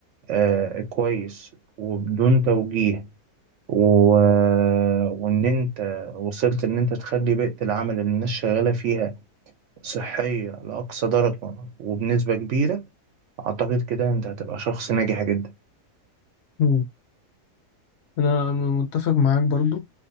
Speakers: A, on the right; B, on the left.
A: آه كويس وبدون توجيه و... آه، وإن أنت وصلت إن أنت تخلي بيئة العمل اللي الناس شغالة فيها صحية لأقصى درجة وبنسبة كبيرة أعتقد كده أنت هتبقى شخص ناجح جدا
B: مم. انا متفق معاك برضو